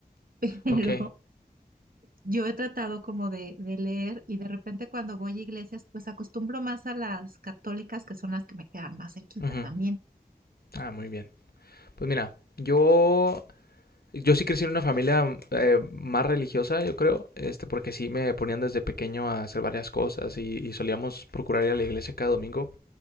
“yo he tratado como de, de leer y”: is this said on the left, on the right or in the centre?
Right